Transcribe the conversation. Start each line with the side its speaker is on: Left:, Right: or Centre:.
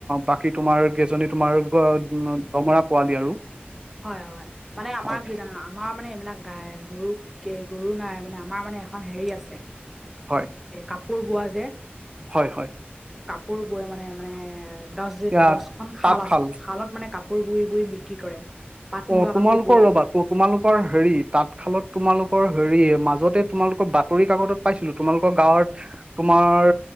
Right: বাকী তোমাৰ কেইজনী তোমাৰ <inaudible> দমৰা পোৱালি আৰু।
Centre: হয় হয়, মানে আমাৰ
Right: হয়
Centre: কি জানা? আমাৰ মানে এইবিলাক গাই গৰু কে গৰু নাই মানে আমাৰ মানে এখন হেৰি আছে
Right: হয়।
Centre: কাপোৰ বোৱা যে
Right: হয় হয়।
Centre: কাপোৰ বৈ মানে মানে দছ য
Right: এয়া
Centre: দছখন
Right: তাঁতশাল
Centre: খাল আছে খালত মানে কাপ কোৰ বই বই বিক্ৰী কৰে। পাট
Right: অ
Centre: মুগা
Right: তোমালোকৰ
Centre: কাপোৰ বোৱে
Right: ৰ'বা তো তোমালোকৰ হেৰি তাঁতশালত তোমালোকৰ হেৰি, মাজতে তোমালোকৰ বাতৰি কাকতত পাইছিলো তোমালোকৰ গাঁৱত তোমাৰ